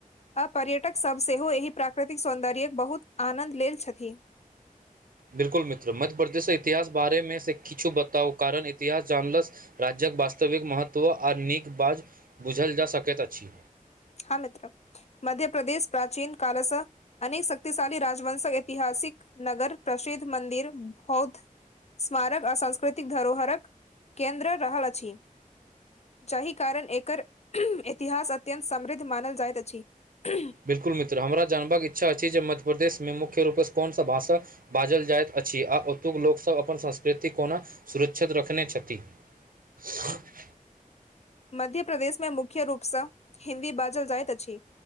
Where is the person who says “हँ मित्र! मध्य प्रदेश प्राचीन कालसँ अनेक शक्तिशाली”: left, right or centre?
Left